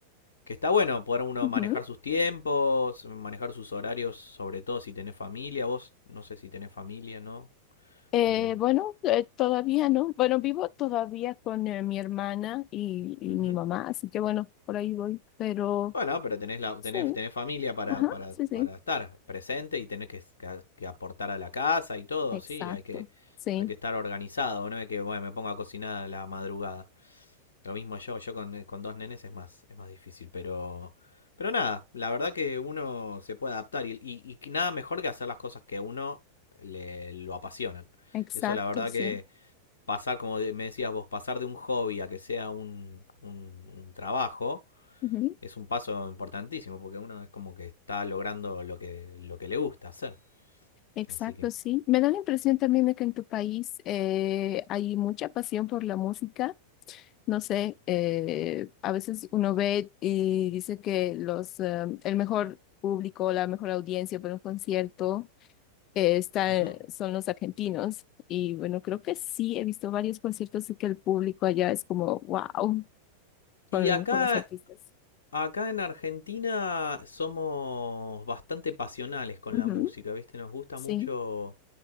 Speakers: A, on the left (about 65°); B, on the left (about 35°).
A: que está bueno poder uno
B: Ujú.
A: manejar sus tiempos, manejar sus horarios, sobre todo si tenés familia. Vos no sé si tenés familia, ¿no?
B: Eh,
A: Pero...
B: bueno, eh, todavía no. Bueno, vivo todavía con eh, mi hermana y, y
A: ujú.
B: mi mamá, así que bueno, por ahí voy. Pero
A: Bueno, pero tenés, la,
B: sí,
A: tenés, tenés familia para,
B: ajá,
A: para,
B: sí, sí,
A: para estar presente y tenés que, que- que aportar a la casa y todo,
B: exacto,
A: sí, hay que,
B: sí,
A: hay que estar organizado, no es que bueno, me ponga a cocinar a la madrugada. Lo mismo yo, yo con, eh, con dos nenes es más, es más difícil, pero, pero nada, la verdad que uno se puede adaptar y, y, y que nada mejor que hacer las cosas que a uno le, lo apasionan.
B: exacto,
A: Eso la verdad
B: sí.
A: que pasar, como de- me decías vos, pasar de un hobby a que sea un, un un trabajo
B: Ujú.
A: es un paso importantísimo porque uno es como que está logrando lo que, lo que le gusta hacer.
B: Exacto,
A: Así que.
B: sí. Me da la impresión también de que en tu país eh, hay mucha pasión por la música. No sé, eh, a veces uno ve y dice que los, eh, el mejor público, la mejor audiencia para un concierto eh, está,
A: Ujú.
B: son los argentinos. Y bueno, creo que sí, he visto varios conciertos y que el público allá es como, wow, con,
A: Y acá,
B: con los artistas.
A: acá en Argentina somos bastante pasionales con
B: Ujú,
A: la música, ¿viste? Nos gusta
B: sí.
A: mucho